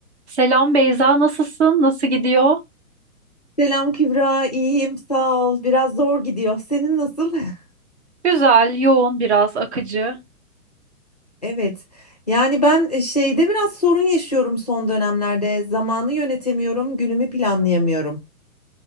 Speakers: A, on the right (about 50°); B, on the left (about 30°).
A: Selam Beyza, nasılsın? Nasıl gidiyor?
B: Selam Kübra, iyiyim, sağ ol. Biraz zor gidiyor. Senin nasıl? <laughs>
A: Güzel, yoğun biraz, akıcı.
B: Evet. Yani ben e, şeyde biraz sorun yaşıyorum son dönemlerde. Zamanı yönetemiyorum, günümü planlayamıyorum.